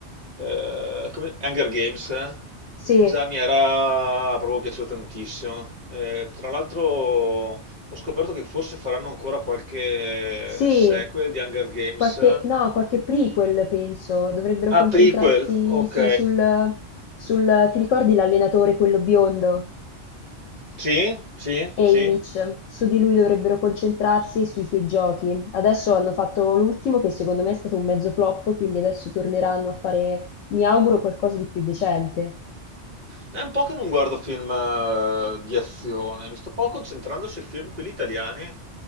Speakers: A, on the right; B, on the left.
A: eh, come- Hunger Games, eh.
B: Sì,
A: già mi era proprio piaciuto tantissimo. Eh, tra l'altro ho scoperto che forse faranno ancora qualche
B: sì,
A: sequel di Hunger Games.
B: qualche... no, qualche prequel penso, dovrebbero concentrarsi,
A: Ah, prequel, ok.
B: sì, sul... sul... Ti ricordi l'allenatore, quello biondo?
A: Sì, sì,
B: Haymitch,
A: sì.
B: su di lui dovrebbero concentrarsi e sui suoi giochi. Adesso hanno fatto l'ultimo che secondo me è stato un mezzo flop, quindi adesso torneranno a fare, mi auguro, qualcosa di più decente.
A: È un po' che non guardo film eh, di azione, mi sto un po' concentrando sui film, quelli italiani